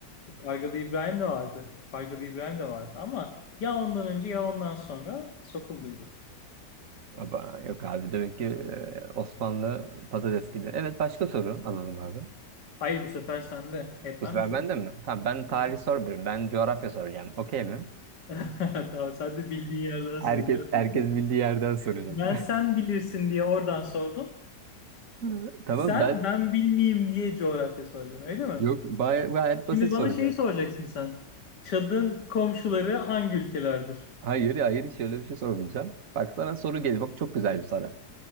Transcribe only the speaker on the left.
Pargalı İbrahim de vardı. Pargalı İbrahim de vardı ama ya ondan önce ya ondan sonra Sokullu'ydu.
Hayır bu sefer sende. Hep
ben
mi soracağım?
Evet.
<laughs> Tamam sen de bildiğin yerden soracaksın.
<laughs>
Ben sen bilirsin diye oradan sordum.
Sen
ben bilmeyeyim diye coğrafya soracaksın öyle mi?
Şimdi
bana
şeyi soracaksın sen. Çad'ın komşuları hangi ülkelerdir?